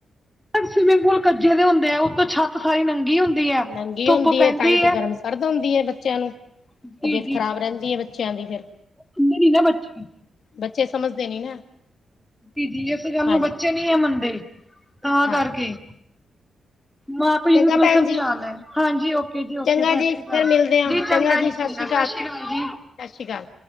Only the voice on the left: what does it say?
ਨੰਗੀ
ਹੁੰਦੀ
ਹੈ ਤਾਂਹੀ ਤੇ ਗਰਮ ਸਰਦ ਹੁੰਦੀ ਹੈ ਬੱਚਿਆਂ ਨੂੰ
ਤਬੀਅਤ ਖ਼ਰਾਬ ਰਹਿੰਦੀ ਹੈ ਬੱਚੇ ਬੱਚਿਆਂ ਦੀ ਫਿਰ
ਬੱਚੇ ਸਮਝਦੇ ਦੀ ਨਾ
ਹਾਂਜੀ
ਹਾਂਜੀ
ਚੰਗਾ
ਭੈਣ
ਜੀ
ਚੰਗਾ
ਜੀ
ਫੇਰ
ਮਿਲਦੇ ਹਾਂ
ਸ੍ਰੀ
ਸਤਿ ਸ਼੍ਰੀ ਅਕਾਲ